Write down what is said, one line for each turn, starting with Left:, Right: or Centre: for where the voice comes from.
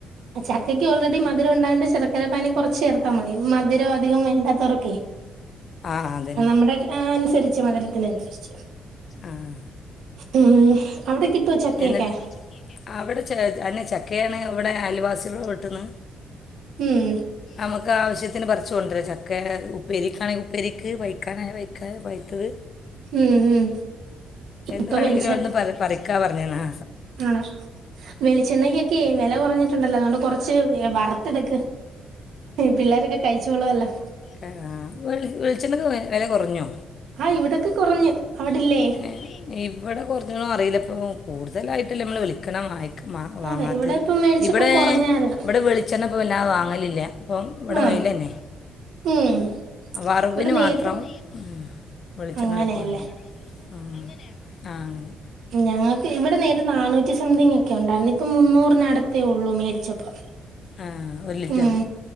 Right: ആഹ് ചക്കക്ക് ഓൾറെഡി മധുരം ഒണ്ടായ കൊണ്ട് ശർക്കര പാനി കൊറച്ച് ചേർ ത്താ മതി മധുരം അധികം വേണ്ടാത്തവർക്കേ
Left: ആ അതന്നെ
Right: നമ്മുടെ അനുസരിച്ച് മധുരത്തിന് അനുസരിച്ച് ച്ച്
Left: ആഹ്
Right: ഉം അവിടെ കിട്ടുവോ ചക്കയൊക്കെ
Left: എന്ന് കിട്ടുവോ ചക്കയൊക്കെ അവിടെ ച അന്നെ ചക്കയാണ് ഇവിടെ അയൽവാസികൾ വെട്ട്ന്ന്
Right: ഉം
Left: നമ്മുക്കാവശ്യത്തിന് പറിച്ചോണ്ട് വരാം ചക്കേ ഉപ്പേരിക്കണേ ഉപ്പേരിക്ക് വെയ്ക്കാന വെയ്ക്കാൻ പയ്ത്തത്
Right: ഉം ഉം
Left: എന്ത്
Right: ഇപ്പൊ
Left: വേണെങ്കിലും
Right: വെളിച്ചം
Left: അവിടന്ന് പറിയ് പറിയ്ക്കാ പറഞ്ഞേന്നാ
Right: ആണോ വെളിച്ചെണ്ണക്കൊക്കെ വെല കൊറഞ്ഞ് ട്ട്ണ്ടല്ലാ അതോണ്ട് കൊറച്ച് വെ വറത്തെടുക്ക് പിള്ളേരൊക്കെ കഴിച്ചോള്ളുവല്ലൊ
Left: ക ആഹ് വെളി വെളിച്ചെണ്ണക്ക് വെല കൊറഞ്ഞോ
Right: ആഹ് ഇവിടെക്കെ കൊറഞ്ഞ് അവിടില്ലേ
Left: ഏ, ഇവിടെ കൊറഞ്ഞോന്നറിയില്ല ഇപ്പോൾ കൂടുതലായിട്ടില്ല മ്മള് വെളിക്കെണ വാങ്ങി വാങ്ങാത്തത്
Right: ആണ് ഇവിടെ ഇപ്പം മേടിച്ചപ്പം
Left: ഇവിടെ
Right: കുറഞ്ഞായിരുന്നു
Left: ഇവിടെ വിളിച്ചെണ്ണ ഇപ്പം വല്ലാതെ വാങ്ങലില്ല അപ്പം ഇവിടെ
Right: ആ
Left: ഓയില് തന്നെ
Right: ഉം
Left: വറവിന്
Right: ഇവിടെ നേരത്തെ
Left: മാത്രം ഉം വെളിച്ചെണ്ണ
Right: അങ്ങനെയല്ലേ
Left: എടുക്കുവാര്ന്ന് ആഹ് ആ അങ്ങനെ
Right: ഞങ്ങക്ക് ഇവിടെ നേരെ നാനൂറ്റി സംതിങ് ഒക്കെ ഒണ്ടായിരുന്ന് ഇപ്പ മുന്നൂറിന് അടത്തേ ഒള്ളൂ മേടിച്ചപ്പോ
Left: ആഹ് ഒരു ലിറ്ററ്
Right: ഉം